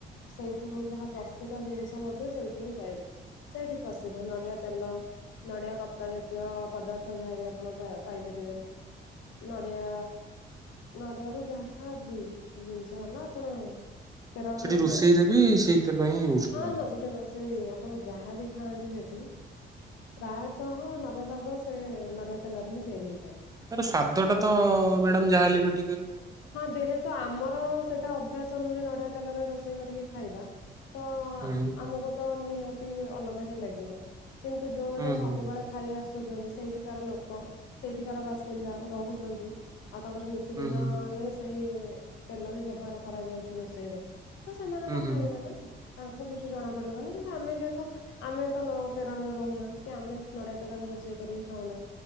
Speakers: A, on the left; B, on the right.
A: ସେଇଥିରୁ ଯାହା ପ୍ରସ୍ତୁତ ଜିନିଷ ମଧ୍ୟ ସେଇଥିରେ ପାଇବେ। ସେଇଠି ପ୍ରସିଦ୍ଧ ନଡ଼ିଆ ତେଲ ନଡ଼ିଆ କତା ଜାତୀୟ ପଦାର୍ଥ ଯାହାବି ଆପଣ ପାଇପାରିବେ। ପାଇପାରିବେ। ନଡ଼ିଆ ନଡ଼ିଆରୁ ଯାହାବି ଜିନିଷ ହେଲା ଆପଣ କେରଳରୁ
B: ସେଠି
A: ହିଁ
B: ରୋଷେଇରେ
A: ପାଇପାରିବେ
B: ବି ସେଇ ତେଲ ହିଁ ୟୁଜ
A: ହଁ
B: କରନ୍ତି।
A: ହଁ ସେଠି ସେଇ ଆପଣ ଯାହା ବିି ଖାଆନ୍ତି ସେଠି ପ୍ରାୟତଃ ନବେ ଭାଗ ସେ ନଡ଼ିଆ ତେଲରେ ହିଁ ତିଆରି ହୋଇଥାଏ।
B: ତାର ସ୍ବାଦ ଟା ତ ମ୍ୟାଡ଼ାମ ଯାହାହଲେ ବି ଟିକେ ଅଲଗା ଥିବ।
A: ହଁ ଯେହେତୁ ଆମର ସେଟା ଅଭ୍ୟାସ ନୁହେଁ ନଡ଼ିଆ ତେଲରେ ରୋଷେଇ କରିକି ଖାଇବା। ତ
B: ହୁଁ ହୁଁ
A: ଆମକୁ ତ ନିହାତି ଅଲଗା ହିଁ ଲାଗିବ। କିନ୍ତୁ ଯେଉଁମାନେ
B: ହୁଁ
A: ସବୁବେଳେ
B: ହୁଁ ହୁଁ
A: ଖାଇ ଆସୁଛନ୍ତି ସେଠିକାର ଲୋକ ସେଇଠିକାର ବାସିନ୍ଦା ରହୁଛନ୍ତି। ଆଉ ତାଙ୍କର ନୀତି
B: ହୁଁ
A: ଦିନ
B: ହୁଁ।
A: ସେହି ତେଲ ହିଁ ବ୍ୟବହାର କରାଯାଉଛି ରୋଷେଇରେ ତ ସେମାନେ
B: ହୁଁ
A: ତ
B: ହୁଁ
A: ଖାଇବେ ନା। ତାଙ୍କୁ କିଛି ଜଣା ପଡିବନି କିନ୍ତୁ ଆମେ ଯେହେତୁ ଆମେ ତ କେରଳରେ ରହୁନା କି ଆମେ ନଡିଆ ତେଲ ର ରୋଷେଇ କରି ଖାଉନା।